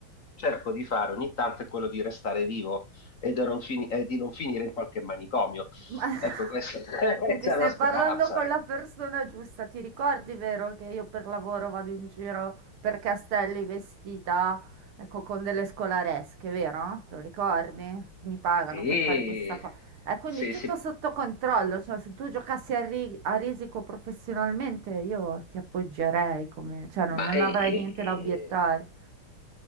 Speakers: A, on the left; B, on the right.
A: cerco di fare ogni tanto, è quello di restare vivo e da non fini- e di non finire in qualche manicomio.
B: Ma... <laughs>
A: Ecco, questa <laughs> questa
B: Senti, stai
A: è una speranza.
B: parlando con la persona giusta. Ti ricordi, vero, che io per lavoro vado in giro per castelli vestita, ecco, con delle scolaresche, vero? Te lo ricordi? Mi pagano
A: Sì,
B: per fare questa cosa. E quindi
A: sì,
B: è tutto
A: sì.
B: sotto controllo, cioè se tu giocassi a, ri- a risico professionalmente io ti appoggerei come, cioè non,
A: Ma
B: non
A: eh,
B: avrei niente
A: eh,
B: da obiettare.